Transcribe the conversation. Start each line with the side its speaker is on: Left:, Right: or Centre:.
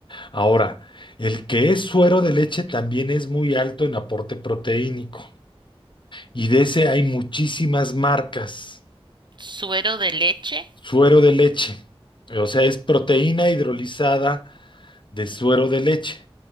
Left: Ahora, el que es suero de leche también es muy alto en aporte proteínico y de ese hay muchísimas marcas.
Right: suero de leche,
Left: Suero de leche, o sea, es proteína hidrolizada de suero de leche.